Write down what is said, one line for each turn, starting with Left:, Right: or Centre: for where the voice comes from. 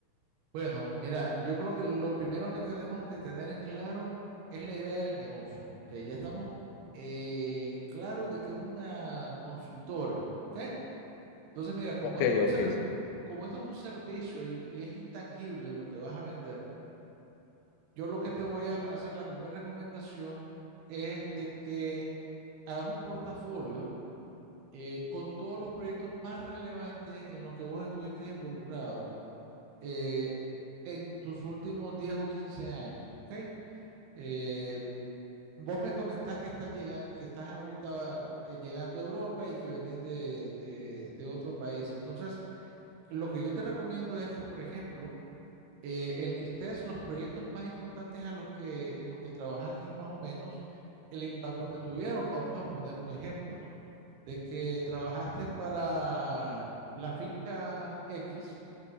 Right: Bueno, mira, yo creo que lo primero que tenemos que tener en claro es la idea del negocio, que ya estamos eh, claros de que es una consultora, ¿ok? Entonces, mira, como
Left: Ok,
Right: es un
Left: ok,
Right: ser,
Left: sí.
Right: como esto es un servicio y, y es intangible lo que vas a vender, yo lo que te voy a hacer la primera recomendación es de que hagas un portafolio eh, con todos los proyectos más relevantes en los que vos estuviste involucrado eh, en tus últimos 10 o 15 años, ¿ok? Eh, vos me comentás que estás llegando, que estás ahorita eh, llegando a Europa y que venís de, de- de otro país. Entonces, lo que yo te recomiendo es que, por ejemplo, eh, enlistes los proyectos más importantes a los que, en los que trabajaste y más o menos el impacto que tuvieron. Vamos a poner un ejemplo, ¿no? De que trabajaste para la finca X